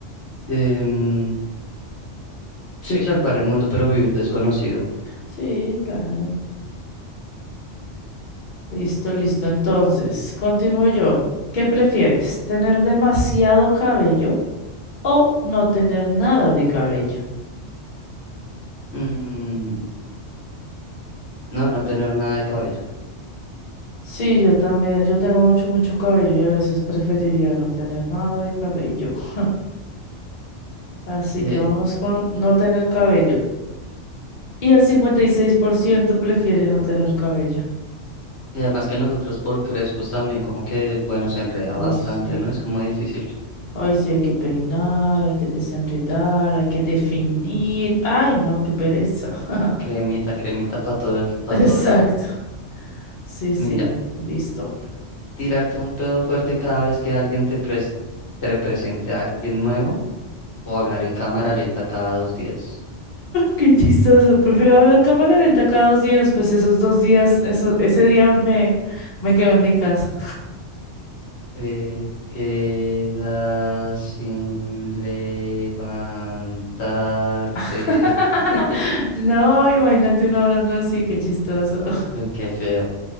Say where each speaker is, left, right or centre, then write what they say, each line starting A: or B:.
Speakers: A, on the left; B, on the left.
A: Em, sí, salvar el mundo pero vivir desconocido.
B: Sí, claro. Listo, listo. Entonces, continúo yo. ¿Qué prefieres? ¿Tener demasiado cabello o no tener nada de cabello?
A: Mm, no, no tener nada de cabello.
B: Sí, yo también. Yo tengo mucho, mucho cabello y a veces preferiría no tener nada de cabello. <laughs> Así
A: Eh,
B: que vamos con no tener cabello. Y el 56% prefiere no tener cabello.
A: Y además que nosotros por crespos también como que, bueno, se enreda
B: Uy,
A: bastante,
B: sí.
A: ¿no? Es como difícil.
B: Ay, sí, hay que peinar, hay que desenredar, hay que definir. Ay, no, qué pereza. <laughs>
A: Cremita, cremita para todo, para
B: Exacto.
A: todo lado.
B: Sí, sí,
A: Mira,
B: listo.
A: tirarte un pedo fuerte cada vez que alguien te, pres- te presente a alguien nuevo o hablar en cámara lenta cada dos días.
B: Qué chistoso, prefiero hablar cámara lenta cada dos días, pues esos dos días, eso, ese día me, me quedo en mi casa.
A: Te quedas sin levantarte.
B: <laughs>
A: <laughs>
B: No, imagínate uno hablando así, qué chistoso.
A: Uy, qué feo.